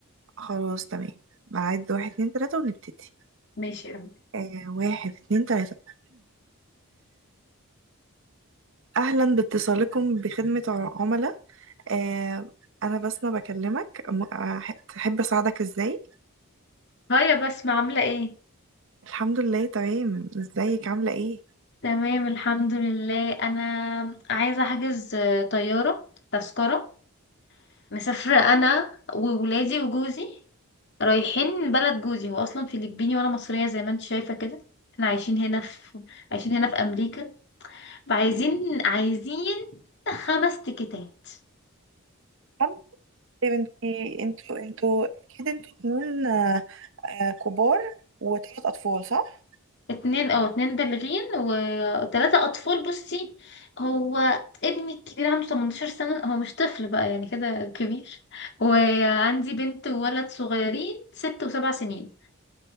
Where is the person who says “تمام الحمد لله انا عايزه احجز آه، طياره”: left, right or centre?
Left